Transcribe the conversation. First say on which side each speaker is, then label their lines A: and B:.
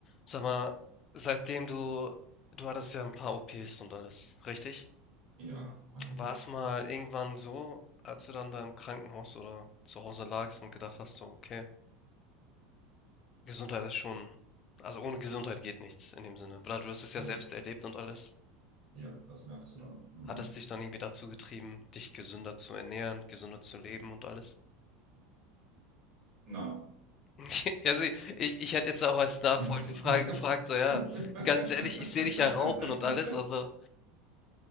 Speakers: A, on the left (about 30°); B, on the right (about 40°).
A: Sag mal, seitdem du du hattest ja ein paar OPs und alles, richtig?
B: Ja, einige.
A: War es mal irgendwann so, als du dann da im Krankenhaus oder zu Hause lagst und gedacht hast so: „Okay, Gesundheit ist schon also, ohne Gesundheit geht nichts“, in dem Sinne. Weil du hast es ja
B: Ja,
A: selbst erlebt und alles.
B: ja, das merkst du dann. Mhm.
A: Hat es dich dann irgendwie dazu getrieben, dich gesünder zu ernähren, gesünder zu leben und alles?
B: Nein.
A: <laughs> Also, ich ich hätte jetzt auch als nachfolgende
B: <laughs>
A: Frage gefragt, so ja, ganz ehrlich, ich sehe dich ja rauchen und alles, also